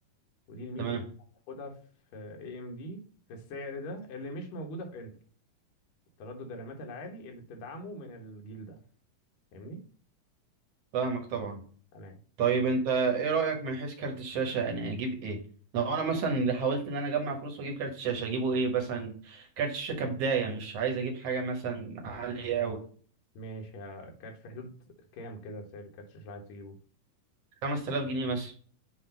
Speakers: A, on the left (about 70°); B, on the right (about 55°).
A: ودي الميزة
B: تمام
A: اللي هتاخدها في اي ام دي في السعر ده اللي مش موجودة في انتل تردد الرامات العالي اللي بتدعمه من الجيل ده فاهمني
B: فاهمك طبعا
A: تمام
B: طيب انت ايه رأيك من حيث كارت الشاشة يعني اجيب ايه لو انا مثلا حاولت ان انا اجمع فلوس واجيب كارت الشاشة اجيبه ايه مثلا كارت الشاشة كبداية مش عايز اجيب حاجة مثلا عالية اوي
A: ماشي ه- كانت في حدود كام كده سعر الكاتش اللي عايز تجيبه
B: 5000 جنيه مثلا